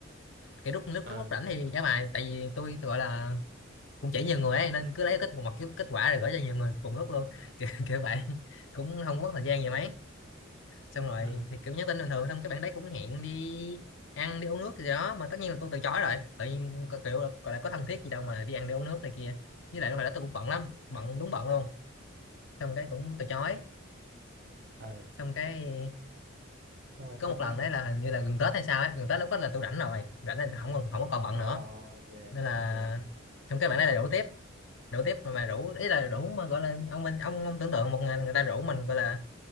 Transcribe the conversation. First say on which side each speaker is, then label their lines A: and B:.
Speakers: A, on the left (about 65°); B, on the right (about 55°).
A: kiểu lúc lúc
B: ờ
A: lúc, lúc rảnh thì trả bài tại vì tôi gọi là cũng chỉ nhiều người ấy nên cứ lấy kết một cái kết quả rồi gửi cho nhiều người cùng lúc luôn <laughs> kiểu, kiểu vậy cũng không có mất thời gian gì mấy xong rồi
B: ờ
A: thì kiểu nhắn tin bình thường xong cái bạn đấy cũng hẹn đi ăn đi uống nước gì đó mà tất nhiên là tôi từ chối rồi tự nhiên có kiểu là- gọi là có thân thiết gì đâu mà đi ăn đi uống nước này kia với lại lúc hồi đó tôi cũng bận lắm bận đúng bận luôn xong cái cũng từ chối
B: ờ
A: xong cái
B: xong rồi sao
A: có một
B: nữa
A: lần đấy là hình như là gần Tết hay sao ấy gần Tết lúc đó là tôi rảnh rồi rảnh là không còn không có còn bận
B: Ờ,
A: nữa
B: ok
A: nên là
B: ok
A: xong cái bạn đấy là rủ tiếp rủ tiếp mà rủ ý là rủ mà gọi là ông mình ông, ông tưởng tượng một ngày người ta rủ mình gọi là